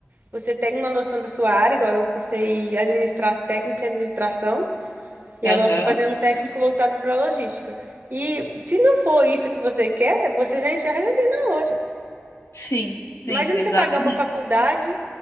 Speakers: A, on the right; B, on the left.
A: você tem uma noção da sua área, igual eu cursei administração técnica e administração, e
B: Aham.
A: agora estou fazendo um técnico voltado para logística. E se não for isso que você quer, você já enxerga ali na hora.
B: Sim, sim,
A: Imagina
B: exatamente.
A: você pagar uma faculdade,